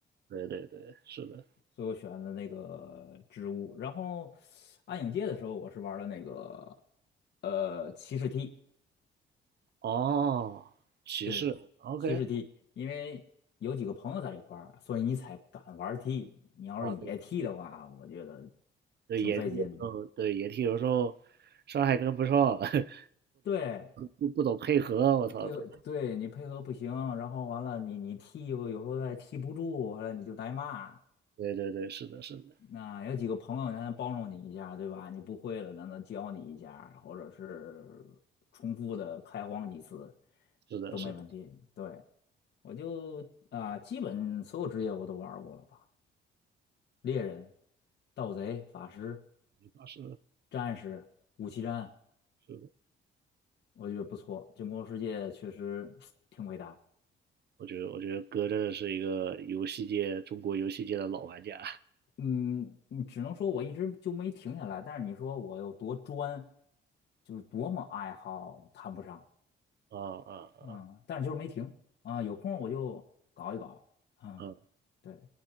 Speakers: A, on the right; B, on the left.
A: 对对对，是的，
B: 所以我选了那个植物。然后暗影界的时候，我是玩了那个呃骑士踢，
A: 哦，骑士，OK，
B: 对，骑士踢，因为有几个朋友在一块儿，所以你才敢玩踢。你要是野踢的话，
A: 啊，对
B: 我觉得
A: 对，
B: 挺费劲的。
A: 野地有时候对野地有时候伤害跟不上，<laughs>
B: 对，
A: 不不懂配合，我操，
B: 那配合，
A: 对
B: 对你配合不行，然后完了你你踢吧有时候再踢不住，完了你就挨骂。
A: 对对对，是的，是的，
B: 那有几个朋友，他能帮助你一下，对吧？你不会了，让他教你一下，或者是重复的开荒几次
A: 是的，
B: 都没问题。
A: 是的，
B: 对，我就啊、基本所有职业我都玩过了吧？猎人、盗贼、法师、
A: 这把是的，
B: 战士、武器战，
A: 是的，
B: 我觉得不错。这魔兽世界确实 <tsk> 挺伟大。
A: 我觉得我觉得哥真的是一个游戏界中国游戏界的老玩家，
B: 嗯，你只能说我一直就没停下来，但是你说我有多专，就是多么爱好，谈不上。
A: <laughs> 啊啊啊
B: 嗯，但是就是没停啊，有空我就搞一搞啊。
A: 啊！
B: 对，